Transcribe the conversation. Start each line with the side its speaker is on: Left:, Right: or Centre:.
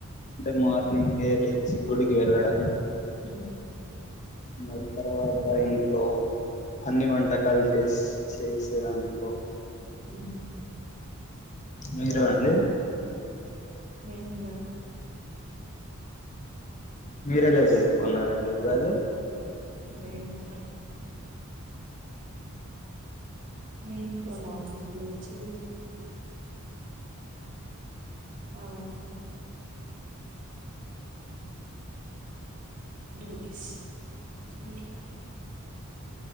Left: అంటే మార్నింగేలీ చిమ్ గుడికి వెళ్ళడం
Right: ఉమ్
Left: నా తర్వాత ఇంట్లో అన్ని వంటకాలు చేసి చేసే దాంట్లో
Right: ఊ
Left: మీరు అండి.? !
Right: మేము కూడా
Left: మీరెలా జరుపు కున్నారండి ఉగాది
Right: మేమ్ మాక్ ఆ మేము కూడా మార్నింగ్ లేచి. ఆమ్ డూ థిస్ ఇంట్రోడ్